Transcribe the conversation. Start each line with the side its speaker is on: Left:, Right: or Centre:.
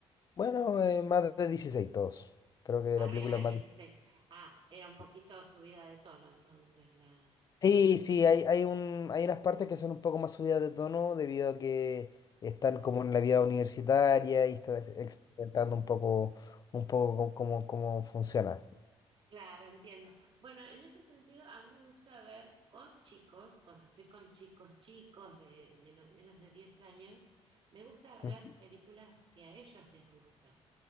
Left: Bueno, eh, más de 16 todos. Creo que
Right: Arriba
Left: la película
Right: de
Left: es más
Right: 16.
Left: de
Right: Ah,
Left: 16.
Right: era un poquito subida de tono entonces la...
Left: Sí, sí, hay, hay un, hay unas partes que son un poco más subidas de tono debido a que están como en la vida universitaria y están ex- experimentando un poco, un poco cómo, cómo- cómo funciona.
Right: Claro, entiendo. Bueno, en ese sentido, a mí me gusta ver con chicos, cuando estoy con chicos, chicos de menos, menos de 10 años, me gusta ver
Left: Mm.
Right: películas que a ellos les gustan.